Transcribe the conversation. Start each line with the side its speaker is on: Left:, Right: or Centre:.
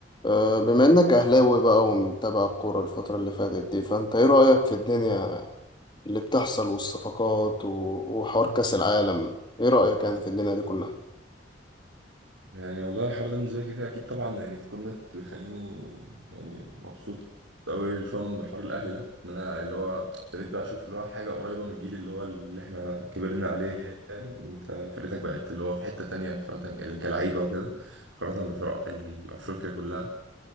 Left: أه، بما انك اهلاوي بقى ومتابع الكوره الفتره اللي فاتت دي فانت ايه رايك في الدنيا اللي بتحصل والصفقات و- وحوار كاس العالم ايه رايك يعني في الدنيا دي كلها
Right: يعني والله الحوار ده بالنسبة لي كده كده أكيد طبعا يعني في قمة بيخليني يعني مبسوط أوي فاهم بحوار الأهل ده إن أنا اللي هو ابتديت بقى أشوف اللي هو حاجة قريبة من الجيل اللي هو اللي إحنا كبرنا عليه يعني يعني أنت فرقتك بقت اللي هو في حتة تانية مقارنة كلعيبة وكده مقارنة بفرق أفريقيا كلها